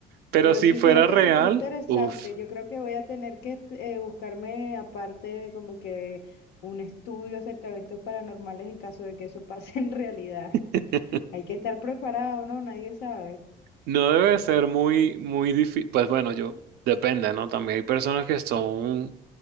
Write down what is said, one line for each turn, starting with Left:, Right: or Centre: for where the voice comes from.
Right: Pero
Left: Pero
Right: si
Left: sí,
Right: fuera
Left: fíjate
Right: real,
Left: que está interesante.
Right: uff.
Left: Yo creo que voy a tener que eh, buscarme aparte como que un estudio acerca de eventos paranormales en caso de que eso <laughs> pase en realidad.
Right: <laughs>
Left: Hay que estar preparado, ¿no? Nadie sabe.
Right: No debe ser muy, muy difícil. Pues bueno, yo depende, ¿no? También hay personas que son,